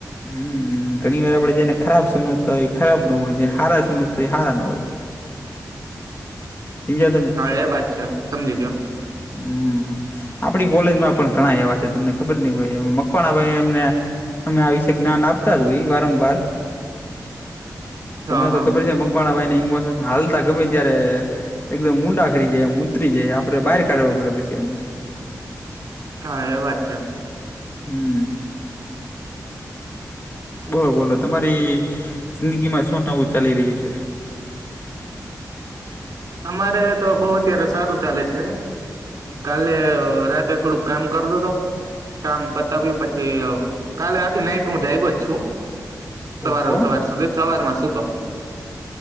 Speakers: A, on the left; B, on the right.
A: હમ ઘણી વાર આપડે જેને ખરાબ સમજતા હોય એ ખરાબ ન હોય જેને હારા સમજતા હોય એ હારા નો હોય. સમજ્યા તમે
B: હા એ વાત છે સમજી ગયો.
A: હમ્મ આપડી કોલેજમાં પણ ઘણા એવા છે, તમને ખબર નઈ હોય એમ મકવાણા ભાઈ એમને અમે આ વિશે જ્ઞાન આપતા જ હોય વારંવાર. તમને
B: હા હા
A: તો ખબર છે મકવાણા ભાઈને ઇમોશન હાલતા ગમે ત્યારે એકદમ ઊંડા ખરી જાય એમ ઊતરી જાય આપડે બહાર કાઢવા પડે પછી એમને.
B: હા એ વાત છે.
A: હમમ બોલો બોલો તમારી જિંદગીમાં શું નવું ચાલી રહ્યું છે.,
B: અમારે તો બઉ અત્યારે સારું ચાલે છે., કાલે રાતે થોડુંક કામ કરતો હતો., કામ પતાવ્યું પછી કાલે આખી નાઈટ હું જાયગો જ છું. સવારે
A: ઓહો
B: સવાર સુધી સવારમાં સુુતો